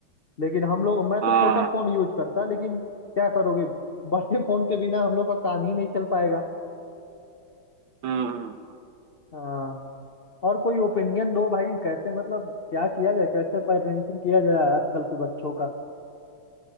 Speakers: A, on the left; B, on the right.
A: लेकिन हम लोग मैं
B: हाँ
A: तो छोटा फोन यूज करता लेकिन क्या करोगे बड़े फोन के बिना हम लोग का काम ही नहीं चल पाएगा
B: हम्म हम्म।
A: हाँ। और कोई ओपिनियन दो भाई कैसे मतलब क्या किया जाए कैसे पेरेंटिंग किया जाए आजकल के बच्चों का